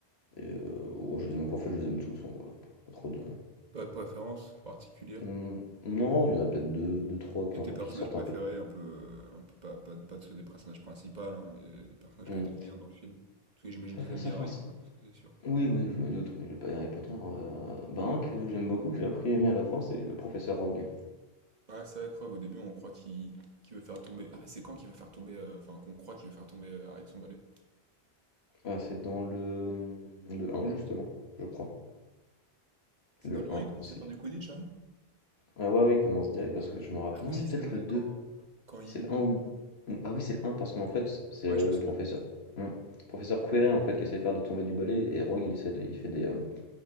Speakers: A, on the left; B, on the right.
A: Et heu, ouais, je les ai même en fait, je les aime tous en gros, là. Pas trop de
B: Pas de préférence particulière.
A: mmh, non, il y en a peut être deux deux trois qui
B: Et
A: un
B: tes
A: peu
B: personnages
A: qui sortent
B: préférés,
A: un peu
B: un peu, euh, un peu pas, pas, pas de ceux des personnages principaux, hein, mais des personnages
A: mmh,
B: que t'aimes bien dans le film. Parce que j'imagine
A: pas
B: que
A: facile
B: t'aimes bien
A: français
B: Harry, quoi, ça c'est sûr.
A: Oui, oui, je me doute, oui, je vais pas dire Harry Potter, heu, ben, un que j'aime beaucoup, que j'ai appris à aimer à la fin, c'est le professeur Rogue.
B: Ah, c'est vrai, Krog, au début on croit qu'il qu'il veut faire tomber. Ah, mais c'est quand qu'il veut faire tomber. euh, Enfin, qu'on croit qu'il veut faire tomber euh, Harry de son balai?
A: Ah, c'est dans le, mmh, le un justement, je crois.
B: C'est
A: Le
B: dans le 1,
A: un
B: il commence
A: si.
B: à faire du Quidditch, Harry?
A: Ah ouais, oui, il commence direct parce que je me rappelle
B: Ah oui,
A: non, c'est peut-être
B: c'est vrai,
A: le deux
B: quand, quand il...
A: c'est le un ou le ah oui, c'est le un parce qu'en fait, c'est,
B: Ouais,
A: heu,
B: je me
A: le
B: souviens.
A: professeur, mmh, professeur Quirrell, en fait, qui essaie de faire de tomber du balai et Rogue, il essaie de il fait des, hem